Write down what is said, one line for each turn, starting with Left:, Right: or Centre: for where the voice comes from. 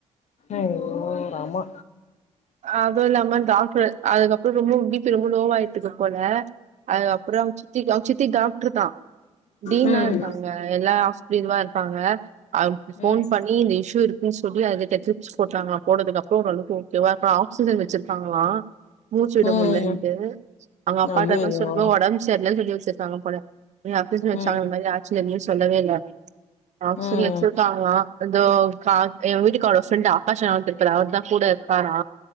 Left: ஐயோ ராமா
Right: அதுல்லாம டாக்ட்ரு அதுக்கப்றொ ரொம்ப பிபி ரொம்ப லோவாயிட்டுக்கு போல அது அப்றம் சித்திக்கு அவ் சித்தி டாக்ரு தா டீன்
Left: ம்
Right: ஆ இருப்பாங்க எல்லா ஹாஸ்பிளீ மா இருப்பாங்க அவுங் போன்
Left: ம்
Right: பண்ணி இந்த இஷு இருக் ப்பின் சொல்லி அது தட்டச்சு போட்டாங்ளா போட்டதுக்கப்றோ ஓர் அளவுக்கு ஓகோவ இப் ஆக்சிஜன் வச்சிருக்காங்ளா மூச்சு விட
Left: ம்
Right: முலன்ட்டூ அங்க அப்பாட்ட
Left: ஐயையோ
Right: தா சொல்வோ ஒடம் சேர்லன் சொல்லி வச்சிருக்காங்க போல நீ அபீசு வச்சாங்க
Left: ம்
Right: இந் மாரி ஆச்சு என்மி சொல்லவே இல்ல அப்டின் ஆக்ல்
Left: ம்
Right: வச்சிருக்காங்ளா
Left: ம்
Right: எண்டோ க எ வீட்டுக்கார் ஒ ஃப்ரெண்ட ஆகாஷ் ன ஒர்தர் இர்ப்பார் அவர்தா கூட இருக்காரா